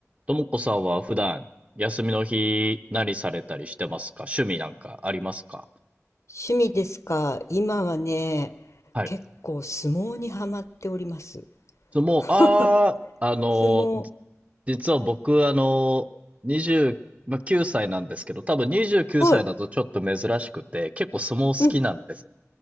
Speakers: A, on the right; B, on the left.
A: ともこさんは普段、休みの日、何されたりしてますか趣味なんかありますか
B: 趣味ですか。今はね、
A: はい。
B: 結構相撲にはまっております。
A: そもう、
B: <laughs>
A: ああ、あの、
B: 相撲。
A: 実は僕、あの、20、まあ、9歳なんですけど、多分29歳だとちょっと珍しくて、
B: は
A: 結構相撲好きなんです。
B: い。うん。